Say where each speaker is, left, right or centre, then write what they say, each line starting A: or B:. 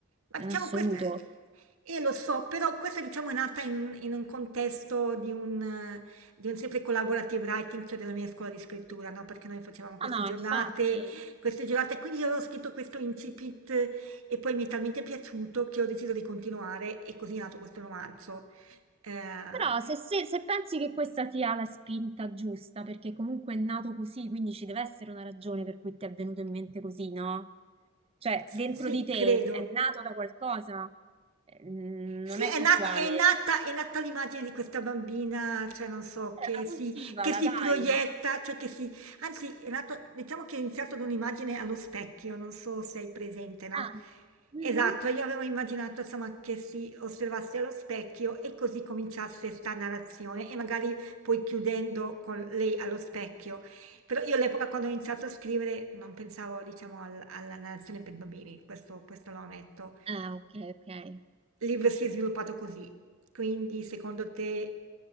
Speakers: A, on the right (about 80°); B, on the right (about 25°).
A: ma
B: in
A: diciamo
B: assoluto.
A: questa, eh, io lo so, però questa diciamo è nata in, in un contesto di un, eh, di un sempre collaborative writing, cioè della mia scuola di scrittura, no? Perché noi facevamo queste
B: No, no,
A: giornate,
B: infatti.
A: queste giornate, quindi io ho scritto questo incipit eh, e poi mi è talmente piaciuto che ho deciso di continuare e così è nato questo romanzo. Eh,
B: Però se, se- se pensi che questa sia la spinta giusta, perché comunque è nato così, quindi ci deve essere una ragione per cui ti è venuto in mente così, no? Cioè,
A: s-
B: dentro
A: sì,
B: di te
A: credo.
B: è nato da qualcosa, eh, non
A: Sì, è
B: è casuale.
A: nata, è nata, è nata l'immagine di questa bambina, cioè non so,
B: Allora,
A: che
B: coltivala,
A: si, che si
B: dai.
A: proietta, cioè che si, anzi, è nato, diciamo che è iniziato da un'immagine allo specchio, non so se hai presente, no?
B: Ah, Mhm.
A: Esatto, io avevo immaginato, insomma, che si osservasse allo specchio e così cominciasse sta narrazione e magari poi chiudendo con lei allo specchio. Però io all'epoca quando ho iniziato a scrivere non pensavo, diciamo, al- alla narrazione per bambini, questo, questo lo ammetto.
B: ah, ok, ok.
A: Il libro si è sviluppato così. Quindi, secondo te,